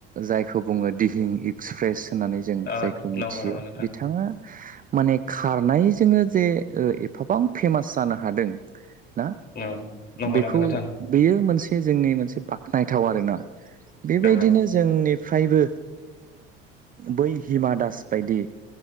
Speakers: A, on the right; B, on the left.
A: जायखौ बुङो दिहिं एक्सप्रेस होननानै जों
B: अ
A: जायखौ मिथियो
B: नंगौ नंगौ नोंथां
A: बिथाङा माने खारनाय जोङो जे ओ एफाबां फेमास जानो हादों। ना
B: नंगौ
A: बेखौ
B: नंगौ नोंथां
A: बेयो मोनसे जोंनि मोनसे बाख्नायथाव आरोना बेबायदिनो
B: नंगौ नंगौ
A: जोंनि फ्रायबो बै हिमा दास बायदि